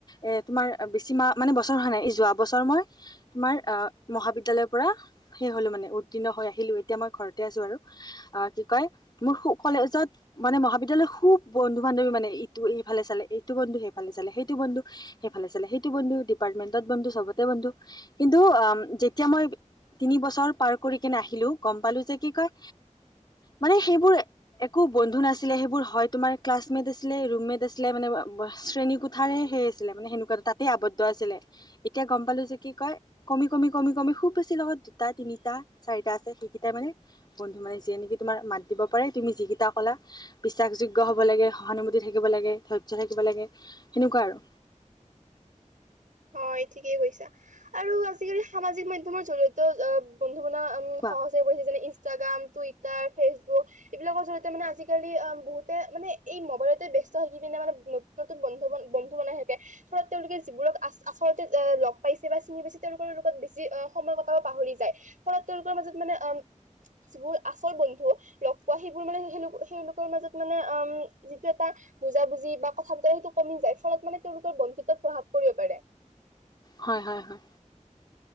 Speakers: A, on the left; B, on the right.
A: এ তোমাৰ বেছি মাহ মানে বছৰ হোৱা নাই যোৱা বছৰ মই তোমাৰ আহ মহাবি্য়ালয়ৰ পৰা সেই হলো মানে উত্তীৰ্ণ হৈ আহিলো এতিয়া মই ঘৰতে আছো আৰু অ কি কয় মোৰু কলেজত মানে মহাবিদ্যালয় খুব বন্ধু বান্ধৱী মানে ইটো সফালে চালে এইটো বন্ধু সে সালেে সেইটো বন্ধু সেইফালে চালে সেইটো বন্ধু ডিপাৰ্টমেন্টত বন্ধু চবতে বন্ধু কিন্তু অ যেতিয়া মই তিনি বছৰ পাৰ কৰি কিনে আহিলো গম পালো যে কি কয় মানে সেইবোৰ একো বন্ধু নাছিলে সেইবোৰ হয় তোমাৰ ক্লাচমেট আছিলে ৰুমেট আছিলে মানে। শ্ৰেণী কোঠাৰে সেই আছিলে মানে সেনেকুৱা তাতেই আৱদ্ধ আছিলে এতিয়া গম পালো যে কি কয় কমি কমি কমি কমি খুব বেছি লগত দুটা তিনিটা চাৰিটা আছে সেইকেইটাই মানে বন্ধু মানে যিয়ে নেকি তোমাৰ মাত দিব পাৰে তুমি যিকেইটা কলা বিশ্বাসযোগ্য হব লাগে সহানুভূতি থাকিব লাগে ধৈৰ্য থাকিব লাগে। সেনেকুৱা আৰু।
B: অ এই ঠিকেই কৈছা। আৰু আজিকালি সামাজিক মাধ্যমৰ জৰিতে অ বন্ধু প উম
A: কোৱা
B: সহজে পৰিছে যেনে ইছ ইষ্টাগ্ৰাম টুইটাৰ ফেচবুক এইবিলাকৰ জৰিয়তে মানে আজিকালি বহুতে মানে এই মোবাইলতে ব্যস্ত থিকি পিনে মানে নতুন নতুন বন্ধু বন্ধু বনাই থাকে ফলত তেওঁলোকে যিবোৰক আ আচলতে লগ পাইছে বা চিনি পাইছে তেওঁলোকৰ বেছি অ সময় কটাও পাহৰি যায়। যায় ফলত তেওঁলোকৰ মাজত মানে অ যিবোৰ আচৰ বন্ধু লগ পোৱা সেইবোৰ মানেোক সেইলোকৰ মাজত মানে অম যিটো এটা বুজা বুজি বা কথা বতৰা সেইটো কমি যায় ফলত মানে তেওঁলোকৰ বন্ধুত্বত প্ৰভাৱ পৰি পাৰে।
A: হয় হয় হয়।